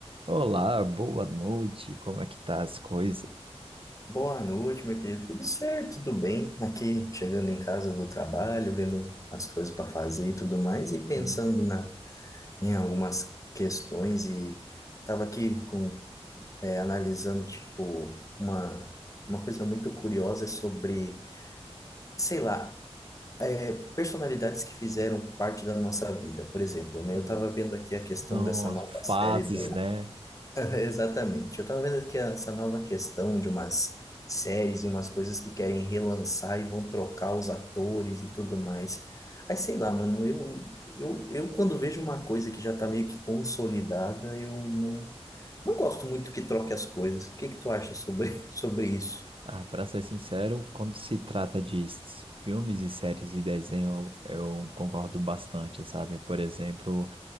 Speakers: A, on the right (about 55°); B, on the left (about 30°).
A: Olá, boa noite. Como é que tá as coisas?
B: Boa noite, meu querido. Tudo certo, tudo bem? Aqui chegando em casa do trabalho, vendo as coisas para fazer e tudo mais, e pensando
A: Hum,
B: na, em algumas questões e estava aqui com é, analisando tipo uma uma coisa muito curiosa sobre, sei lá, é, personalidades que fizeram parte da nossa vida, por exemplo, né?
A: hum.
B: Eu estava vendo aqui a questão
A: Nossa,
B: dessa nova
A: fases,
B: série do
A: né?
B: <laughs> Exatamente. Eu tava vendo aqui essa nova questão de umas séries e umas coisas que querem relançar e vão trocar os atores e tudo mais. Aí sei lá, mano, eu, eu, eu quando vejo uma coisa que já tá meio que consolidada, eu não, não gosto muito que troque as coisas. O que que tu acha sobre, <laughs> sobre isso?
A: Ah, para ser sincero, quando se trata de s- filmes e séries e desenho, eu concordo bastante, sabe? Por exemplo,